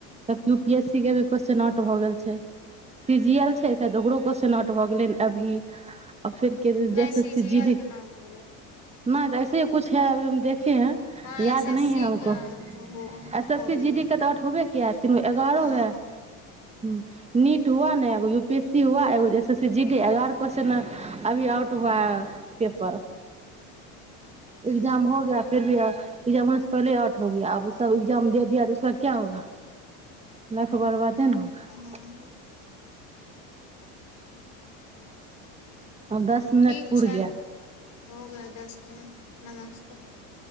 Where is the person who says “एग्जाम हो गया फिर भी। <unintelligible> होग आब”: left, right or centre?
Right